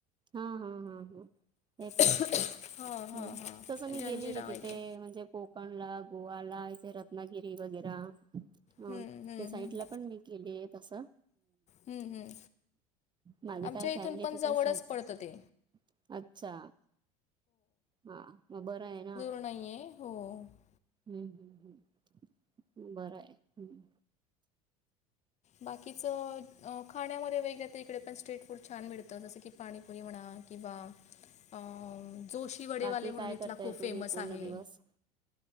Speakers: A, on the right (about 25°); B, on the left (about 35°).
A: हा हा हा हा <unintelligible> ते पण
B: हा
A: ह
B: हा हा
A: तसं मी
B: जंजिरा
A: गेली तिथे
B: वगैरे
A: म्हणजे कोकण ला गोवाला इथे रत्नागिरी वगैरे ह
B: हम्म हम्म
A: त्या साईडला
B: हम्म
A: पण मी गेली आहे तसं
B: हम्म हम्म
A: माझी
B: आमच्या
A: काय
B: इथून
A: फॅमिली आहे
B: पण
A: तिथेच
B: जवळच
A: राहि
B: पडतं ते
A: <unintelligible> अच्छा हा मग बरं आहे ना
B: नाहीे हो <unintelligible>
A: हम्म हम् हम् बरं आहे हम्
B: बाकीचं खाण्यामध्ये वैगरे तर इकडे पण स्ट्रीट फूड छान मिळतं जसं की पाणीपुरी म्हणा किंवा <unintelligible> अ जोशी वडेवाले
A: बाकी
B: म्हणून
A: काय
B: इथला
A: करताय
B: खूप
A: तुम्ही
B: फेमस
A: पूर्ण
B: आहे
A: दिवस